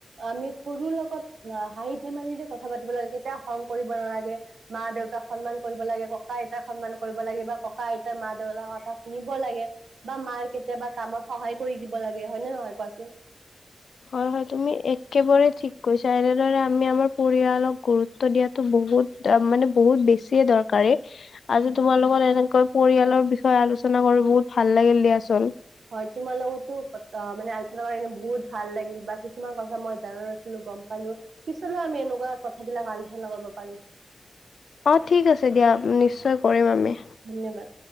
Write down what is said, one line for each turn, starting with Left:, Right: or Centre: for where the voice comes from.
Right: আমি সৰুৰ লগত হাঁহি ফেমেলিৰে কথা পাতিব লাগে কেতিয়া খং কৰিব নালাগে। মা দেউতাক সন্মান কৰিব লাগে ককা সন্মান কৰিব লাগে বা ককা আইতাৰ মা দেউতাৰ কথা শুনিব লাগে। বা মাৰ কেতিয়াবা কামত সহায় কৰি দিব লাগে হয় নে নহয় কোৱাচোন।
Left: হয় হয় তুমি একেবাৰে ঠিক কৈছা এনেদৰে আমি আমাৰ পৰিয়ালক গুৰুত্ব গুৰুত্ব দিয়াতো বহুত মানে বহুত বেছিয়ে দৰকাৰী। আজি তোমাৰ এনেকৈ পৰিয়ালৰ বিষয়ে আলোচনা কৰি বহুত ভাল দিয়াচোন।
Right: হয় তোমাৰ লগতো মানে আলোচনা কৰনে বহুত ভাল লাগিল বা কিছুমান কথা মই জানো নৈছিলো গম পালো পিছলৈ আমি এনেকুৱা কথাবিলাক আলোচনা কৰিব পাৰো।
Left: অ ঠিক আছে দিয়া নিশ্চয় কৰিম আমি।
Right: ধন্যবাদ।